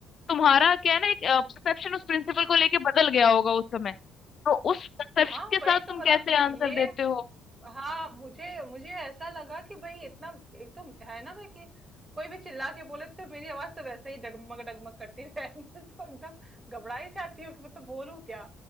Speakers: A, on the left; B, on the right.
A: तुम्हारा क्या है ना एक परसेप्शन उस प्रिंसिपल को लेके बदल गया होगा उस समय तो उस परसेप्शन
B: हाँ
A: के
B: वही
A: साथ
B: तो
A: तुम
B: मतलब
A: कैसे आंसर
B: ये
A: देते हो
B: हाँ मुझे मुझे ऐसा लगा कि भाई इतना एक तो है ना भाई कि कोई भी चिल्ला के बोले तो मेरी आवाज तो वैसे ही डगमग डगमग करती है <laughs> मैं तो एकदम घबरा ही जाती हूँ कि मतलब बोलूं क्या